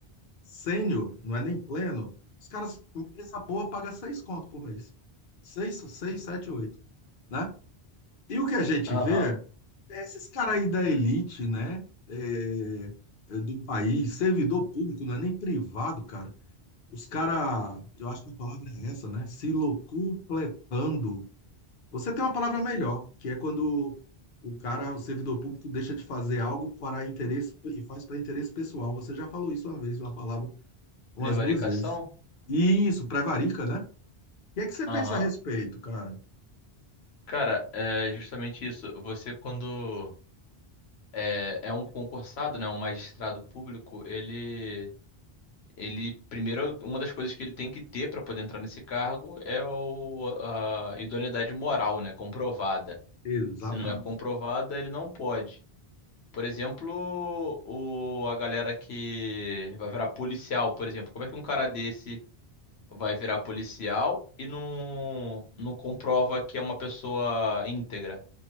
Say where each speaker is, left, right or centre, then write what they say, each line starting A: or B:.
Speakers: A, on the left (about 60°); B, on the left (about 85°).
A: sênior, não é nem pleno, os caras, empresa boa paga seis conto por mês. Seis, seis, sete, oito, né? E o que a gente
B: aham.
A: vê é esses caras aí da elite, né? É, é, do país, servidor público, não é nem privado, cara Os caras, eu acho que a palavra é essa, né? Se locupletando. Você tem uma palavra melhor, que é quando o cara, o servidor público, deixa de fazer algo para interesse e faz para interesse pessoal. Você já falou isso uma vez, uma palavra, umas
B: Prevaricação?
A: duas vezes. Isso, prevarica, né? E é que você pensa
B: Aham.
A: a respeito, cara?
B: Cara, é justamente isso. Você, quando é, é um concursado, né, um magistrado público, ele, ele, primeiro, uma das coisas que ele tem que ter para poder entrar nesse cargo é o- a idoneidade moral, né, comprovada.
A: Exatamente.
B: Se não é comprovada, ele não pode. Por exemplo, o, a galera que vai virar policial, por exemplo, como é que um cara desse vai virar policial e não, não comprova que é uma pessoa íntegra.